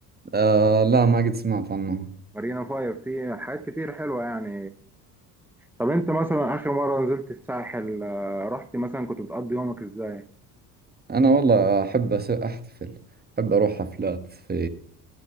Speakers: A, on the right; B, in the centre.
A: آه لا ما قد سمعت عنه
B: مارينا فايف في حاجات كتير حلوة يعني طب انت مثلا اخر مرة نزلت الساحل آه، رحت مثلا كنت بتقضي يومك ازاي؟
A: أنا والله أحب أس- أحتفل أحب أروح حفلات في